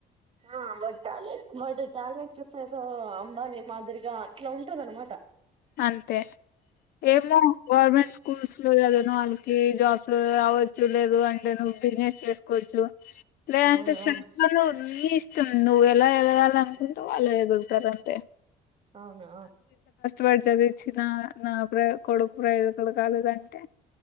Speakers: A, on the right; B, on the left.
A: ఆ వాడి టాలెంట్ బట్ టాలెంట్ చూసే ఏదో అంబానీ మాదిరిగా ఇట్లా ఉంటందనమాట
B: అంతే ఏమో గవర్నమెంట్ స్కూల్స్ లో చదివినవాళ్ళకి జాబ్స్ రావచ్చు లేదు అంటే నువ్వు బిజినెస్ చేసుకోవచ్చు లేదే
A: అవునవును
B: అంత స్వల్పను <unintelligible> నువ్వు ఎలా ఎదగాల అనుకుంటే వాళ్ళ ఎదుగుతారంతే
A: అవునా
B: వాడు చదివిచ్చిన నా ప్ర కొడుకు ప్రయజకుడు కాలేదంటే